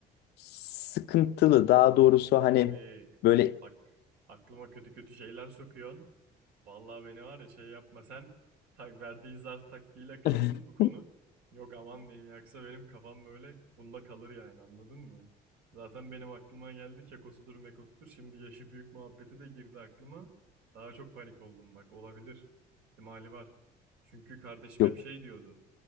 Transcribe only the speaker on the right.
Abi
bak aklıma kötü kötü şeyler sokuyorsun. Vallahi beni var ya şey yapma sen tak verdiğin zar taktiğiyle kalsın
bu konu. Yok aman diyeyim Yaksa benim kafam böyle bunda kalır yani anladın mı? Zaten benim aklıma geldi kekosudur mekosudur. Şimdi yaşı büyük muhabbeti de girdi aklıma. Daha çok panik oldum bak olabilir. ihtimali var. Çünkü kardeşim
hep şey diyordu.